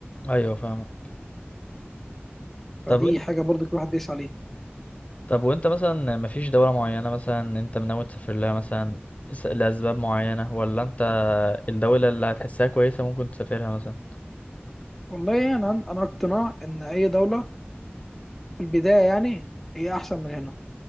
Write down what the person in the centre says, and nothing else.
فدي
حاجه برضك الواحد بيسعى عليها
والله انا عن- انا اقتناع ان اي دوله في البدايه يعني هي احسن من هنا